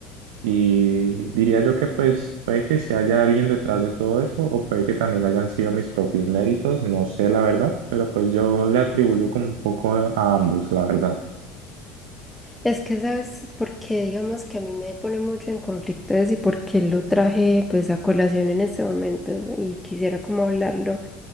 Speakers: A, on the right (about 85°); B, in the centre.
A: y diría yo que pues puede que si haya alguien detrás de todo eso o puede que también hayan sido mis propios méritos, no sé la verdad, pero pues yo le atribuyo como un poco a a ambos, la verdad.
B: Es que sabes porque digamos que a mí me pone mucho en conflicto eso y por qué lo traje pues a colación en este momento y quisiera como hablarlo.